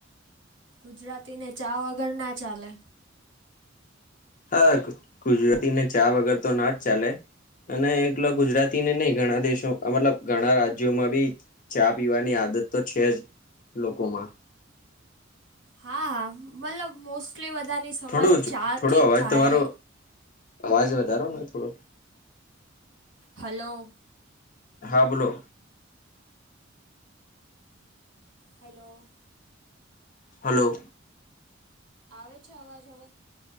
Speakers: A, on the right; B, on the left.
A: ગુજરાતીને ચા વગર ના ચાલે.
B: હા ગુજરાતી ને ચા વગર તો ના જ ચાલે. અને એકલો ગુજરાતી ને નઈ
A: હમ
B: ઘણા દેશો મતલબ ઘણા રાજ્યોમાં બી ચા પીવાની આદત તો છે જ લોકોમાં.
A: હા મતલબ મોસ્ટલી બધાની સવાર
B: થોડું જ
A: ચા
B: થોડો
A: થી જ
B: અવાજ
A: થાય.
B: તમારો અવાજ વધારો ને થોડો.
A: હલો.
B: હા બોલો.
A: હલો.
B: હલો.
A: આવે છે અવાજ હવે.